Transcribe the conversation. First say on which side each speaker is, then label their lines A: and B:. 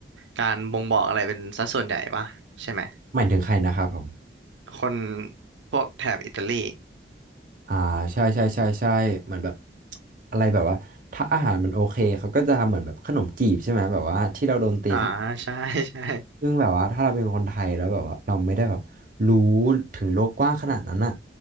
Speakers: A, on the right (about 80°); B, on the right (about 45°).
A: การบ่งบอกอะไรเป็นสัดส่วนใหญ่ปะใช่ไหม
B: หมายถึงใครนะครับผม
A: คนพวกแถบอิตาลี
B: อ่าใช่ใช่ใช่ใช่เหมือนแบบอะไรแบบว่าถ้าอาหารมันโอเคเขาก็จะทำเหมือนแบบขนมจีบใช่ไหมแบบว่าที่เราโดนตีขนม
A: อ่าใช่ <laughs> ใช่
B: ซึ่งแบบว่าถ้าเราเป็นคนไทยแล้วแบบว่าเราไม่ได้แบบรู้ถึงโลกกว้างขนาดนั้นอ่ะ